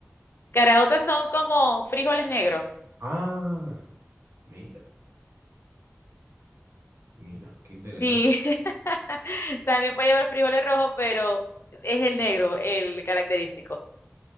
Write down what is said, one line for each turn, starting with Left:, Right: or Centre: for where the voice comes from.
Left: Caraotas son como frijoles negros.
Right: Ah, mira, mira, qué interesante.
Left: Sí. <laughs> También puede llevar frijoles rojos, pero es el negro el característico.